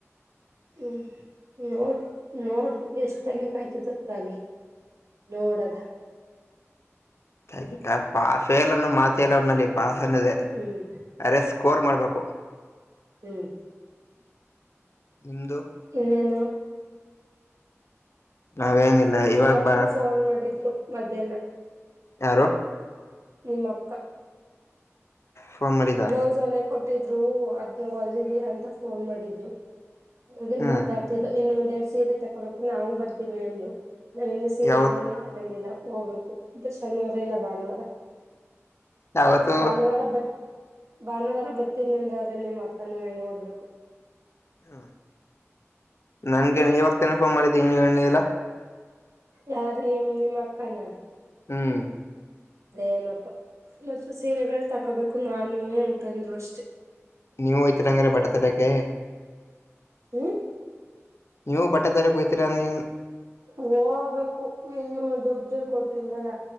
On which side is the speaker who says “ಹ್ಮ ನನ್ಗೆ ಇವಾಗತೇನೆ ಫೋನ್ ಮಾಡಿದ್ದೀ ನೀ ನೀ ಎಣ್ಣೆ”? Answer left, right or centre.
Left